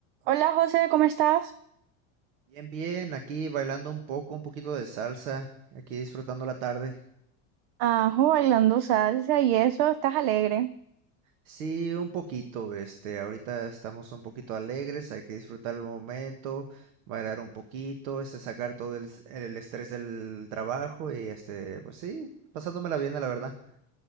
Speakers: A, on the right (about 50°); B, on the right (about 85°).
A: Hola José, ¿cómo estás?
B: Bien, bien, aquí bailando un poco, un poquito de salsa, aquí disfrutando la tarde.
A: Ajo, bailando salsa y eso, estás alegre.
B: Sí, un poquito, este, ahorita estamos un poquito alegres, hay que disfrutar el momento, bailar un poquito, este, sacar todo el, s- el estrés del trabajo y este, pues sí, pasándomela bien, la verdad.